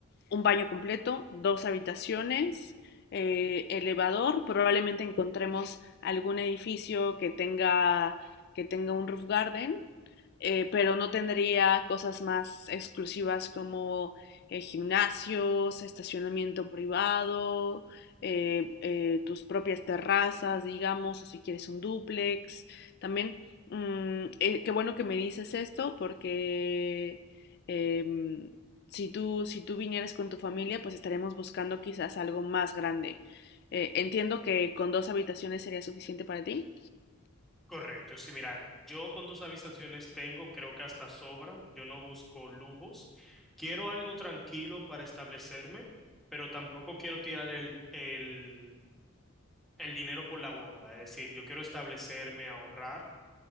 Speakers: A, on the left; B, in the centre.
A: un baño completo, dos habitaciones, eh, elevador. Probablemente encontremos algún edificio que tenga, que tenga un roof garden, eh, pero no tendría cosas más exclusivas como eh, gimnasios, estacionamiento privado, eh, eh, tus propias terrazas, digamos, o si quieres un dúplex. También, mm, eh, qué bueno que me dices esto porque em, si tú, si tú vinieras con tu familia, pues estaremos buscando quizás algo más grande. Eh, entiendo que con dos habitaciones sería suficiente para ti.
B: Correcto, sí, mira, yo con dos habitaciones tengo, creo que hasta sobra, yo no busco lujos, quiero algo tranquilo para establecerme, pero tampoco quiero tirar el, el, el dinero por la borda, es decir, yo quiero establecerme, ahorrar